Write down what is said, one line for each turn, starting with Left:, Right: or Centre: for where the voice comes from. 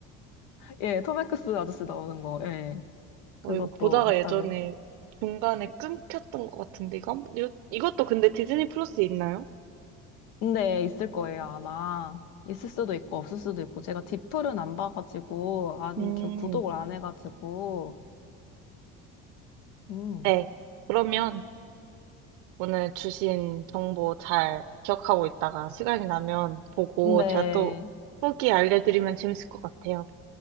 Left: 예, 톰 행크스 아저씨 나오는 거. 예. 그것도
Right: 어, 이거 보다가
Left: 갑자기.
Right: 예전에 중간에 끊겼던 것 같은데, 이거, 한- 이거- 이것도 근데 디즈니 플러스에 있나요?
Left: 근데 있을 거예요, 아마. 있을 수도 있고, 없을 수도 있고. 제가 디플은 안 봐가지고, 안,
Right: 음,
Left: 겨- 구독을 안 해가지고. 음.
Right: 네. 그러면 오늘 주신 정보 잘 기억하고 있다가 시간이 나면 보고
Left: 근데,
Right: 제가 또 후기 알려드리면 재밌을 것 같아요.